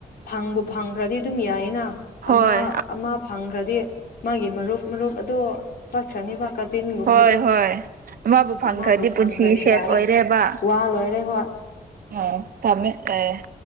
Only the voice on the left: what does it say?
ꯐꯪꯕꯨ ꯐꯪꯈ꯭ꯔꯗꯤ ꯑꯗꯨꯝ ꯌꯥꯏꯌꯦꯅ
ꯑꯃꯥ ꯑꯃꯥ ꯐꯪꯈ꯭ꯔꯗꯤ ꯃꯥꯒꯤ ꯃꯔꯨꯞ ꯃꯔꯨꯞ ꯑꯗꯨ ꯆꯠꯈ꯭ꯔ‌ꯅ‌ꯦꯕ ꯀꯥꯖꯤꯟ ꯒꯨꯝꯕꯗꯣ
ꯑꯃꯕꯨ ꯐꯪꯈ꯭ꯔꯗꯤ
ꯌꯥꯔꯦ
ꯋꯥ ꯂꯣꯏꯔꯦ ꯍꯣꯏ